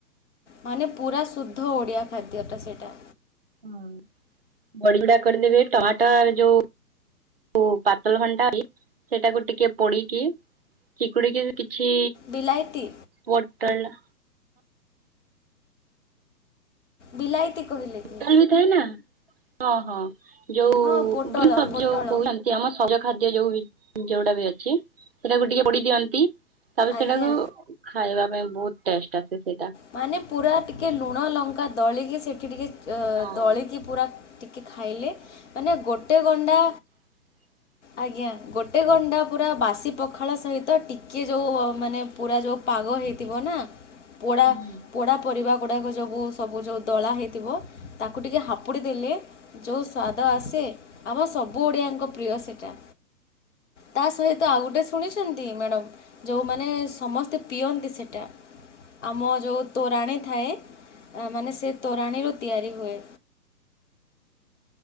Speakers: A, on the left; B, on the right.
A: ମାନେ ପୁରା ଶୁଦ୍ଧ ଓଡିଆ ଖାଦ୍ୟଟା ସେଟା।
B: ହୁଁ ବଡିଗୁଡା କରିଦେବେ ଟାଟା ର ଯୋଉ ଓ ପାତଲ ଘଣ୍ଟା ଇ ସେଟାକୁ ଟିକେ ପୋଡିକି ଚିକୁଡିକିରି କିଛି
A: ବିଲାଇତି
B: ପୋଟଳ
A: ବିଲାଇତି କହିଲେ? କି
B: ଟୋଟାଲବି ଥାଏନା ଓହ ଯୋଉ
A: ହଁ ପୋଟଳ
B: ଗ୍ରୀସବ
A: ପୋଟଳ
B: ଜଉ କୁହନ୍ତ ଆମ ସଜ ଖାଦ୍ୟ ଯୋଉ ଯୋଉଟା ବି ଅଛି ସେଟାକୁ ଟିକେ ପୋଡି ଦିଅନ୍ତି ତାପରେ
A: ଆଜ୍ଞା
B: ସେଇଟାକୁ ଖାଇବା ପାଇଁ ବହୁତ ଟେଷ୍ଟ ଆସେ ସେଇଟା।
A: ମାନେ ପୁରା ଟିକେ ଲୁଣ ଲଙ୍କା ଦଳିକି ସେଠି ଟିକେ
B: ହଉ।
A: ଦଳିକି ପୁରା ଟିକେ ଖାଇଲେ ମାନେ ଗୋଟେ ଗଣ୍ଡା
B: ହ
A: ଆଜ୍ଞା ଗୋଟେ ଗଣ୍ଡା ପୁରା ବାସି ପଖାଳ ସହିତ ଟିକିଏ ଯଉ ମାନେ ପୁରା ଯଉ ପାଗ ହେଇଥିବ ନା ପୋଡ଼ା
B: ହୁଁ
A: ପୋଡ଼ା ପରିବା ଗୁଡ଼ାକ ସବୁ ସବୁ ଯଉ ଦଳା ହେଇଥିବ ତାକୁ ଟିକେ ହାପୁଡ଼ି ଦେଲେ ଯଉ ସ୍ଵାଦ ଆସେ ଆମ ସବୁ ଓଡ଼ିଆଙ୍କ ପ୍ରିୟ ସେଟା। ତା ସହିତ ଆଉ ଗୋଟେ ଶୁଣିଛନ୍ତି ମ୍ୟାଡ଼ମ୍? ଯଉମାନେ ସମସ୍ତେ ପିଅନ୍ତି ସେଟା ଆମ ଯଉ ତୋରାଣୀ ଥାଏ ମାନେ ସେ ତୋରାଣୀରୁ ତିଆରି ହୁଏ।